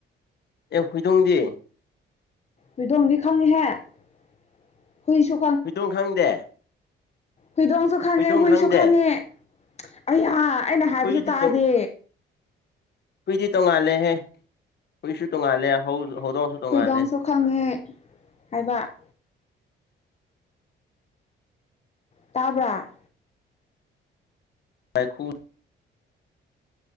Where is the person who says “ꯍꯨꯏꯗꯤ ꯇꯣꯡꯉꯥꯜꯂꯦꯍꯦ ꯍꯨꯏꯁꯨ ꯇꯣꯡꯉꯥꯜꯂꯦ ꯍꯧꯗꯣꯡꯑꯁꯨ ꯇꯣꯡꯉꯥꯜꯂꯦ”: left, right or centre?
Left